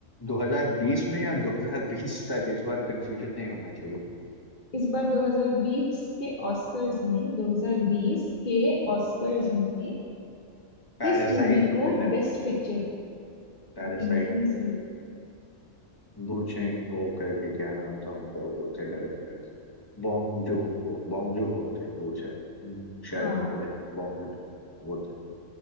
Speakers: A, on the left; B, on the left.
A: 2020 में या 2020 तक इस बार कंफ्यूजन नहीं होना चाहिए
B: इस बार 2020 के ऑस्कर्स में 2020 के ऑस्कर्स में
A: पैरासाइट
B: किस मूवी
A: को
B: को
A: मिला
B: बेस्ट
A: था
B: पिक्चर
A: पैरासाइट
B: हाँ एकदम सही
A: बूचेंग हो करके क्या नाम था उनका वो थे director Bong Joon Ho Bong Joon Ho थे वो शायद हम्म, शायद
B: हाँ
A: मेरे को ध्यान बॉन्ग जून हो वो थे